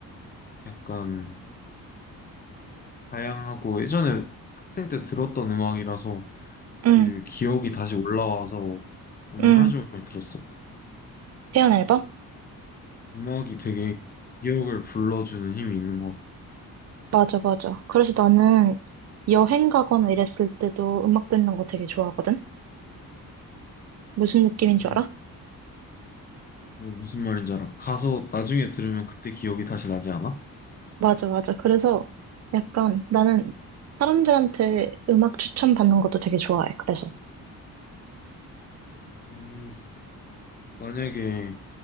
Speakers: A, on the left; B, on the right.
A: 약간 다양하고 예전에 학생 때 들었던 음악이라서 그
B: 응,
A: 기억이 다시 올라와서 오늘
B: 응.
A: 하루 종일 들었어.
B: 태연 앨범?
A: 음악이 되게 기억을 불러주는 힘이 있는 것 같아.
B: 맞아, 맞아. 그래서 나는 여행 가거나 이랬을 때도 음악 듣는 거 되게 좋아하거든? 무슨 느낌인 줄
A: 음,
B: 알아?
A: 뭐 무슨 말인지 알아. 가서 나중에 들으면 그때 기억이 다시 나지 않아?
B: 맞아, 맞아. 그래서 약간 나는 사람들한테 음악 추천받는 것도 되게 좋아해. 그래서
A: 음, 만약에